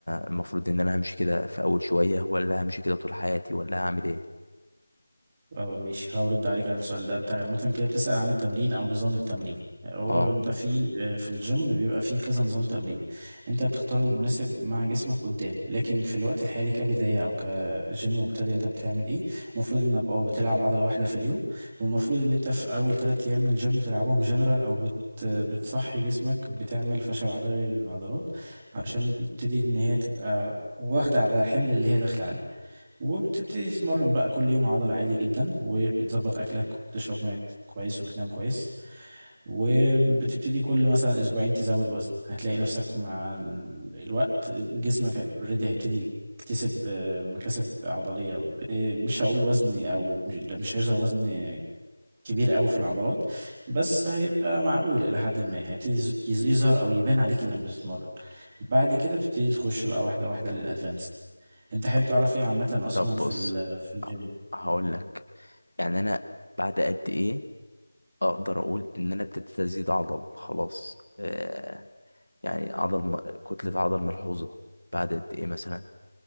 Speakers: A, on the left (about 80°); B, on the right (about 15°).
A: المفروض ان انا همشي كده في اول شوية ولا همشي كده طول حياتي ولا هعمل ايه
B: اه مش هرد عليك على السؤال ده انت عامة كده بتسأل عن التمرين او نظام التمرين هو
A: اه
B: انت في آه، في الجيم بيبقى فيه كذا نظام تمرين انت بتختار المناسب مع جسمك قدام لكن في الوقت الحالي كبداية او كجيم مبتدئ انت بتعمل ايه المفروض انك اه بتلعب عضلة واحدة في اليوم والمفروض ان انت في اول ثلاث ايام من الجيم بتلعبهم جنرال او بت بتصحي جسمك بتعمل فشل عضلي للعضلات عشان تبتدي ان هي تبقى واخدة على الحمل اللي هي داخلة عليه وبتبتدي تتمرن بقى كل يوم عضل عادي جدا وبتظبط اكلك وبتشرب ميه كويس وبتنام كويس وبتبتدي كل مثلا اسبوعين تزود وزن هتلاقي نفسك مع ال- الوقت جسمك اوريدي هيبتدي يكتسب آه، مكاسب عضلية ب- مش هقول وزن او مش ده مش هيظهر وزن كبير قوي في العضلات بس هيبقى معقول الى حد ما هيبتدي يز- يز- يظهر او يبان عليك انك بتتمرن بعد كده بتبتدي تخش بقى واحده واحده للادفانسد انت حابب
A: طب
B: تعرف ايه عامه اصلا
A: طب بص
B: في ال- في الجيم
A: ه- هقول لك يعني انا بعد قد ايه اقدر اقول ان انا ابتديت ازيد عضل خلاص آه يعني عضل م... كتلة عضل ملحوظة بعد قد ايه مثلا